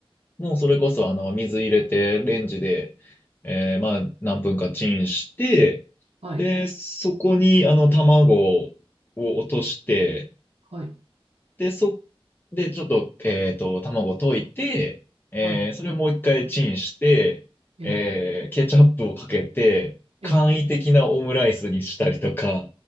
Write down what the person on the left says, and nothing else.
もうそれこそ、あの、水入れて、レンジで、えーまあ、何分かチンして、
で、そこに、あの、卵を落として、
で、そ、で、ちょっと、えっと、卵溶いて、えーそれをもう一回チンして、
えーケチャップをかけて、
簡易的なオムライスにしたりとか、